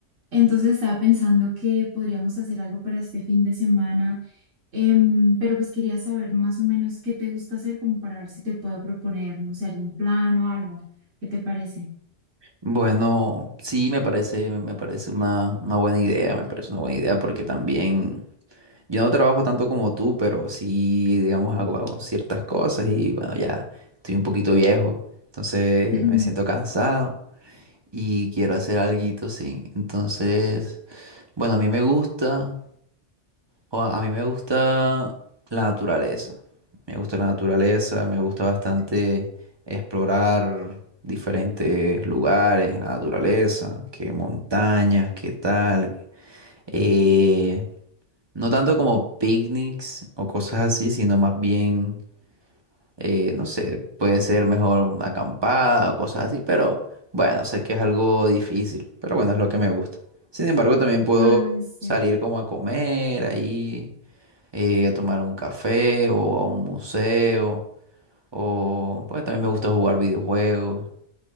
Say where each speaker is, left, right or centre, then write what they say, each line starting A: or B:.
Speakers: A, on the right; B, on the right.
A: entonces estaba pensando que podríamos hacer algo para este fin de semana, em, pero pues quería saber más o menos qué te gusta hacer como para ver si te puedo proponer, no sé, algún plan o algo, ¿qué te parece?
B: Bueno, sí, me parece, me parece una, una buena idea, me parece una buena idea porque también yo no trabajo tanto como tú, pero sí, digamos, hago, hago ciertas cosas y bueno, ya estoy un poquito viejo, entonces
A: <laughs>
B: me siento cansado y quiero hacer alguito, sí. Entonces, bueno, a mí me gusta. O a a mí me gusta la naturaleza. Me gusta la naturaleza, me gusta bastante explorar diferentes lugares en la naturaleza, que montañas, qué tal. Eh, no tanto como picnics o cosas así, sino más bien, eh, no sé, puede ser mejor una acampada o cosas así, pero bueno, sé que es algo difícil, pero bueno, es lo que me gusta. Sin embargo, también puedo
A: Ah, sí.
B: salir como a comer ahí eh, a tomar un café o a un museo, o pues también me gusta jugar videojuegos.